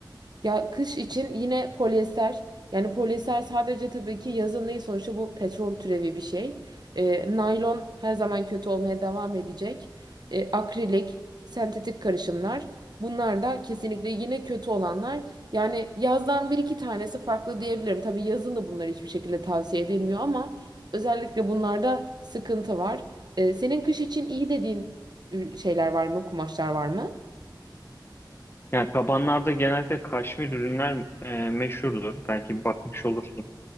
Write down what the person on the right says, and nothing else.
Ya kış için yine polyester. Yani polyester sadece tabii ki yazın değil sonuçta bu petrol türevi bir şey. Ee, naylon her zaman kötü olmaya devam edecek. Ee, akrilik, sentetik karışımlar. Bunlar da kesinlikle yine kötü olanlar. Yani yazdan bir iki tanesi farklı diyebilirim. Tabii yazın da bunlar hiçbir şekilde tavsiye edilmiyor ama özellikle bunlarda sıkıntı var. Ee, senin kış için iyi dediğin ür- şeyler var mı, kumaşlar var mı?